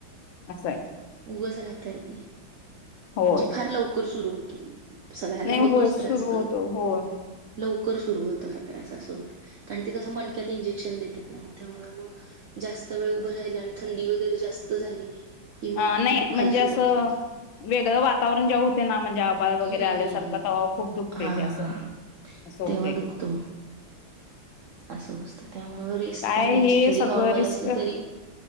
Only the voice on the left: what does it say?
असाय.
होय
नाही
होय
सुरू
होतो होय
अ
नाही
म्हणजे
असं
वेगळं वातावरण जेव्हा हुतंय ना म्हणजे आभा भाळ वगैरे
आल्यासारखा
तवा खूप दुखतय
ते अस,
असं होतय
ते.
काय
हे
सगळं
रिस्क